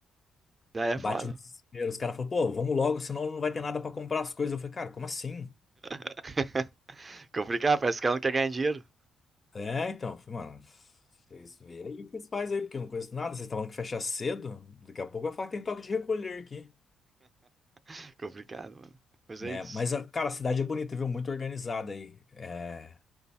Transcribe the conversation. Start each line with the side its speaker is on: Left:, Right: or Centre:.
Right: Daí
Left: Bate
Right: é foda.
Left: no desespero. Os caras falam, pô, vamos logo, senão não vai ter nada pra comprar as coisas. Eu falei, cara, como assim?
Right: <laughs> Complicado, parece que o cara não quer ganhar dinheiro.
Left: É, então. Eu Falei, mano, vocês veem aí o que vocês fazem aí, porque eu não conheço nada. Vocês estavam falando que fecha cedo. Daqui a pouco vai falar que tem toque de recolher aqui.
Right: Que Complicado, mano. Mas
Left: né?
Right: é isso.
Left: Mas, a- cara, a cidade é bonita, viu? Muito organizada aí. É,